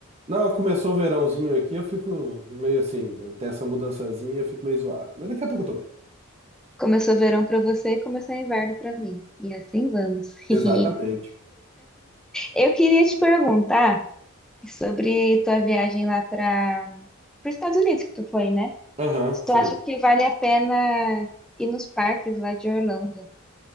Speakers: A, on the right (about 30°); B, in the centre.
A: Não, começou o verãozinho aqui, eu fico meio assim, né? tem essa mudançazinha, eu fico meio zoado. Mas daqui a pouco eu tô bem.
B: começou verão pra você e começou inverno pra mim. E assim vamos. <laughs>
A: Exatamente.
B: Eu queria te perguntar sobre tua viagem lá para os Estados Unidos que tu foi, né?
A: Aham,
B: Se tu
A: fui.
B: acha que vale a pena ir nos parques lá de Orlando?